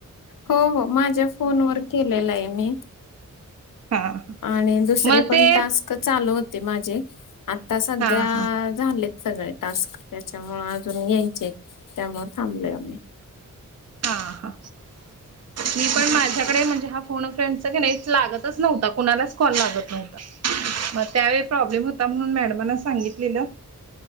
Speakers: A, on the left; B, on the right.
A: हो हो माझ्या फोनवरर केलेला आहे मी
B: हा
A: आणि दुसरे
B: मग
A: पण
B: ते
A: टास्क चालू होते माझे आता सध्या
B: हा हा
A: झालेत सगळे टास्क त्याच्यामु अजून यायचे त्यामु थांबलय आम्ही
B: हा हा मी पण माझ्याकडे म्हणजे हा को फ्रेंड नाही लागतच नव्हता कुणालाच कॉल लागत नव्हता मग त्यावेळी प्रॉब्लेम होता म्हणून मॅडमला सांगितलेलं